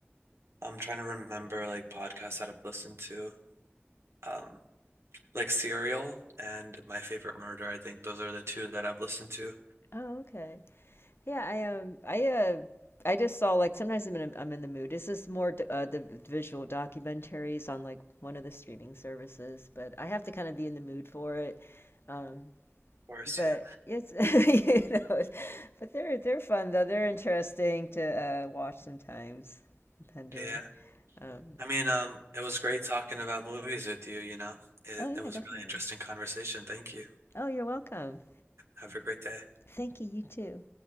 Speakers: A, on the right; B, on the left.
A: I'm trying to remember like podcasts that I've listened to, um, like Serial and My Favorite Murder. I think those are the two that I've listened to. Of
B: Oh, okay. Yeah, I um, I uh, I just saw like sometimes I'm in i I'm in the mood. This is more d- uh, the visual documentaries on like one of the streaming services, but I have to kind of be in the mood for it. Um,
A: course,
B: but
A: yeah.
B: it's <laughs> you know, but they're they're fun though. They're interesting to uh, watch sometimes, depending.
A: Yeah.
B: Um,
A: I mean, um, it was great talking about movies with you, you know. It,
B: oh yeah,
A: it was
B: definitely.
A: a really interesting conversation. Thank you.
B: Oh, you're welcome.
A: Have a great day.
B: Thank you. You too.